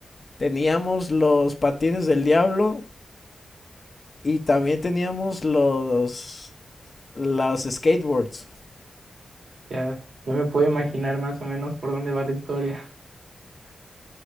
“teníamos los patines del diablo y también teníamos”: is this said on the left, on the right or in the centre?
Left